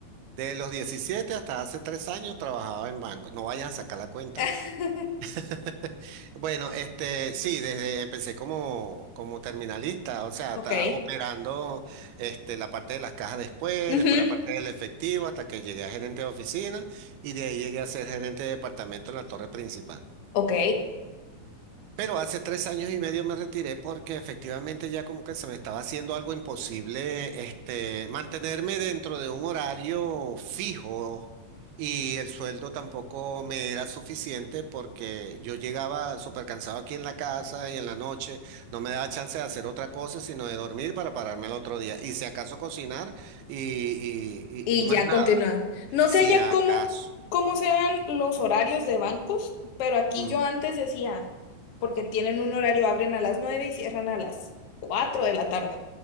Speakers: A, on the right; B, on the left.
A: De los 17 hasta hace tres años trabajaba en bancos. No vayas a sacar la cuenta.
B: <laughs>
A: <laughs> Bueno, este, sí, desde empecé como, como terminalista, o sea,
B: ok,
A: ta- operando este, la parte de las cajas después,
B: ujú,
A: después la parte del efectivo, hasta que llegué a gerente de oficina y de ahí llegué a ser gerente de departamento en la torre principal.
B: ok.
A: Pero hace tres años y medio me retiré porque efectivamente ya como que se me estaba haciendo algo imposible, este, mantenerme dentro de un horario fijo y el sueldo tampoco me era suficiente porque yo llegaba súper cansado aquí en la casa y en la noche no me daba chance de hacer otra cosa sino de dormir para pararme el otro día y si acaso cocinar y, y, y-
B: Y
A: y más
B: ya
A: nada,
B: continúa. No
A: si
B: sé ya
A: acaso.
B: cómo, cómo sean los horarios de bancos, pero aquí
A: Ujú.
B: yo antes decía, porque tienen un horario, abren a las 9 y cierran a las 4 de la tarde.